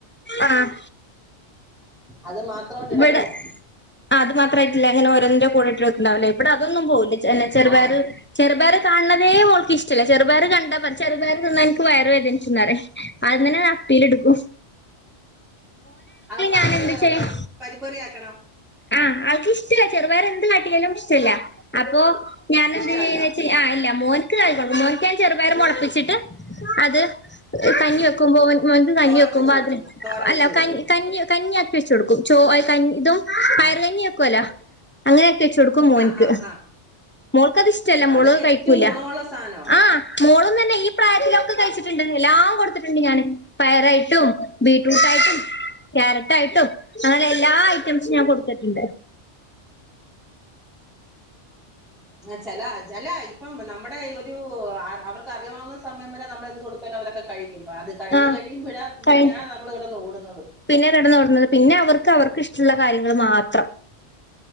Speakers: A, on the left; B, in the centre.
A: ആഹ്
B: അത് മാത്രമായിട്ട് ഇടത്തില്ല
A: ബടെ. ആഹ് അത് മാത്രയിട്ടല്ല അങ്ങനെ ഓരോന്നിന്റെ കൂടെട്ട് വക്ക്ണ്ടാവല്ലേ ഇവടെ അതൊന്നും പോകില്ല ചെ അല്ല ചെറുപയറ്
B: ആഹ്
A: ചെറുപയർ കാണ് ണതേ മോൾക് ഇഷ്ടല്ല ചെറുപയർ കണ്ടാ ചെറുയറ് തിന്നാ എനിക്ക് വയറ് വേദനിക്കുന്നറിം. ആദ്യം തെന്നണ്ട് അപ്പീല്ട്ക്കും.
B: ആഹ് പയറ്
A: ഞാൻ എന്ത് ചെയ്യും
B: പരി പരിപ്പറിയക്കണം
A: ആഹ് ആൾക്ക് ഇഷ്ടല്ല ചെറുപയ്ർ എന്ത് കാട്ടിയാലും ഇഷ്ടല്ല അപ്പൊ. ഞാൻ
B: ഇഷ്ടമല്ല
A: എന്ത് ചെയ്യോന്ന് വെച്ച ആഹ് ഇല്ല മോന്ക്ക് കയിക്കണം മോൻ ഞാന് ചെറുപയ്റ് മോള്പ്പിച്ചിട്ട് അത് കഞ്ഞി വെക്കുമ്പോലെ മോന്ക്ക് കഞ്ഞി
B: തോരൻ
A: വെക്കുമ്പോ
B: വെച്ച് കൊടുക്കും
A: അത്
B: തോരൻ
A: അല്ല
B: വെച്ച് കൊടുക്കും
A: ക കഞ് കഞ് കഞ്ഞി ആക്കി വെച്ച് കൊടുക്കും ച്ചോ അല്ല കഞ് ഇതും പയറ്
B: ആഹ്
A: കഞ്ഞി വെക്കോലോ അങ്ങനാക്കി വെച്ച് കൊടുക്കും മോന്ക്ക്
B: ആഹ് ആഹ് ആഹ്
A: മോള്ക്ക് അത് ഇഷ്ടല്ല
B: അതൊക്കെ
A: മോളത് കഴിക്കൂല
B: ഏറ്റവും ഗുണമുള്ള സാധനമാ
A: ആഹ് മോളും തന്നെ ഈ പ്രായത്തിലൊക്കെ കഴിച്ചിട്ടുണ്ട് എല്ലാം കൊടുത്തിട്ടുണ്ട് ഞാന് പയറായിട്ടും ബീ ബീട്ട്റൂട്ടായിട്ടും ക്യാരറ്റായിട്ടും അങ്ങനെ എല്ലാ ഐറ്റംസും ഞാൻ കൊടുത്തിട്ടുണ്ട്
B: ആഹ് ചെല ജല ആയി ഇപ്പം നമ്മുടെ ഒരു അവർക്ക് അറിയാവുന്ന സമയം വരെ നമ്മൾ എന്ത് കൊടുത്താലും അവരൊക്കെ കഴിക്കുമ്പോ അത് കഴിഞ്ഞ്
A: ആഹ്
B: കഴിയുമ്പോഴാ പിന്നാ
A: കഴി
B: നമ്മൾ കെടന്ന് ഓടുന്നത്
A: പിന്നെ കിടന്നു ഓടുന്നത് പിന്നെ അവർക്ക് അവർക്ക് ഇഷ്ടള്ള കാര്യങ്ങൾ മാത്രം